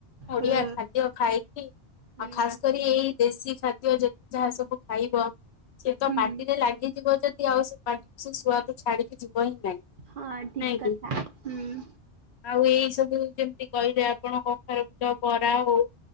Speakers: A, on the left; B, on the right.
A: ଓଡିଆ
B: ହୁଁ
A: ଖାଦ୍ୟ ଖାଇକି
B: ହୁଁ।
A: ଆଉ ଖାସ କରି ଏଇ ଦେଶୀ ଖାଦ୍ୟ ଯେତେ ଯାହା ସବୁ ଖାଇବ ସେ ତ
B: ହୁଁ।
A: ପାଟିରେ ଲାଗିଯିବ ଯଦି ଆଉ ସେ ପା ସେ ସୁଆଦ ଛାଡିକି ଯିବ ହିଁ ନାହିଁ
B: ହଁ ଠିକ
A: ନାହିଁକି?
B: କଥା ହୁଁ।
A: ଆଉ ଏଇ ସବୁ ଜେମିତି କହିଲେ ଆପଣ କଖାରୁ ଫୁଲ ବରା ହଉ